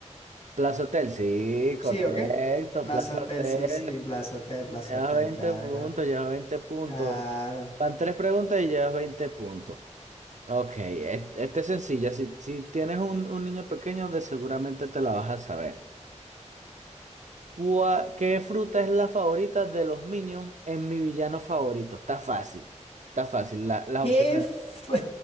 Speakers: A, on the right; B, on the left.
A: Plaza Hotel, sí,
B: Sí,
A: correcto.
B: ¿o qué? Plaza
A: Plaza
B: Hotel,
A: Hotel.
B: sí, sí, Plaza Hotel, Plaza
A: Llevas
B: Hotel,
A: 20
B: claro,
A: puntos,
B: claro.
A: llevas 20 puntos.
B: Claro.
A: Van tres preguntas y llevas veinte puntos. Ok, e, este, es sencilla. Si, si tienes un, un niño pequeño, de seguramente te la vas a saber. ¿Cuá- ¿Qué fruta es la favorita de los Minions en mi villano favorito? Está fácil. Está fácil. la- las
B: ¿Qué
A: opciones.
B: fue?